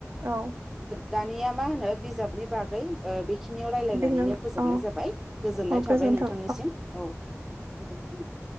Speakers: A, on the right; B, in the centre.
A: औ
B: दानिया मा होनो बिजाबनि बागै बेखिनियाव रायलायनानैनो
A: बेखौनो
B: फोजोबनाय
A: औ
B: जाबाय गोजोननाय
A: औ
B: थाबाय
A: गोजोन्थों
B: नोंथांनिसिम औ गोजोनथों